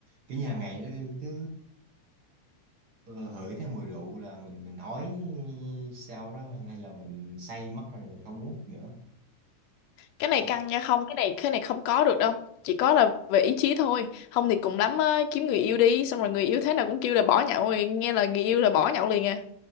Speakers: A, on the right; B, on the left.
A: kiểu như hàng ngày nó cứ Ờ, hửi theo mùi rượu là mình mình ói sau đó hay là mình say mất rồi mình không uống nữa
B: cái này
A: Chị,
B: căng nha không cái này cái này không có được đâu chỉ có là về ý chí thôi không thì cùng lắm á, kiếm người yêu đi xong rồi người yêu thế nào cũng kêu là bỏ nhậu rồi nghe lời người yêu là bỏ nhậu liền à